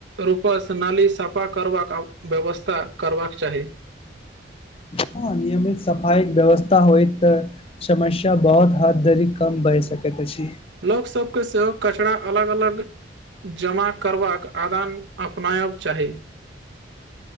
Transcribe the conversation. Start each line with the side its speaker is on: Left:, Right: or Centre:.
Right: रूपसँ नाली साफा करबाक व्यवस्था करबाक चाही।
Left: हँ, नियमित सफाइ व्यवस्था होइत तऽ। समस्या बहुत हद धरि कम भऽ सकैत अछि।
Right: लोक सभके सेहो कचरा अलग अलग जमा करबाक आदत अपनायब चाही।